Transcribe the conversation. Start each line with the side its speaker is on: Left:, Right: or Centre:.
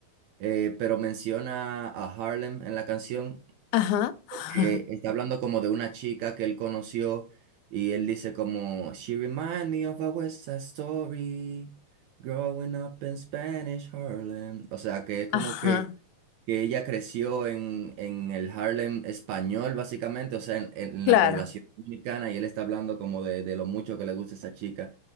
Right: eh, pero menciona a Harlem en la canción.
Left: Ajá, ajá,
Right: Eh, está hablando como de una chica que él conoció y él dice como, She remind me of a West Side Story, growing up in Spanish Harlem. O sea, que es como
Left: ajá,
Right: que que ella creció en, en el Harlem español, básicamente, o sea, en, en
Left: claro.
Right: la población dominicana, y él está hablando como de, de lo mucho que le gusta esa chica.